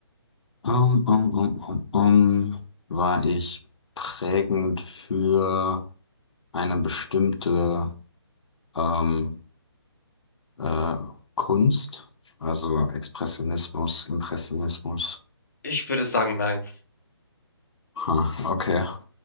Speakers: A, on the left; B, on the left.
A: Um, um, um, um, um, war ich prägend für eine bestimmte ähm, äh, Kunst, also Expressionismus, Impressionismus.
B: ich würde sagen, nein.
A: Ha, okay.